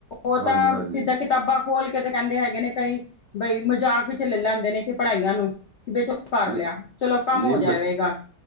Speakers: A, on the left; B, on the right.
A: ਉਹ
B: ਹਾਂਜੀ
A: ਤਾਂ
B: ਹਾਂਜੀ
A: ਸਿੱਧਾ ਕਿਤਾਬਾਂ ਖੋਲ ਕੇ ਤੇ ਕਹਿੰਦੇ ਹੈਗੇ ਨੇ ਕਈ, ਬਈ ਮਜ਼ਾਕ ਵਿੱਚ ਲੈ ਲੈਂਦੇ ਨੇ ਕਿ ਪੜਾਈਆਂ ਨੂੰ, ਕਿ ਬ- ਕਰ
B: ਨਹੀਂ
A: ਲਿਆ, ਚਲੋ ਕੰਮ
B: ਨਹੀਂ
A: ਹੋ ਜਾਵੇਗਾ।
B: ਬ-